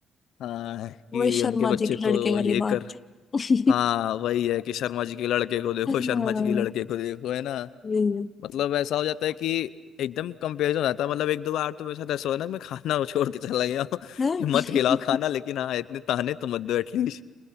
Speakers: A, on the left; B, on the left.
A: हाँ कि
B: वो इस शर्मा
A: उनके बच्चे
B: जी के
A: तो
B: लड़के वाली
A: ये
B: बात
A: कर
B: <laughs>
A: हाँ वही है कि शर्मा जी के लड़के को देखो
B: हाँ,
A: शर्मा जी के लड़के को देखो है ना
B: ये
A: मतलब ऐसा हो जाता है कि एकदम कंपेरिजन हो जाता है मतलब एक दो बार तो मेरे साथ ऐसा हुआ ना कि मैं खाना <laughs> छोड़ के चला गया हूँ
B: हाँ,
A: <laughs>
B: <laughs>
A: मत खिलाओ खाना लेकिन हाँ इतने ताने तो मत दो एटलीस्ट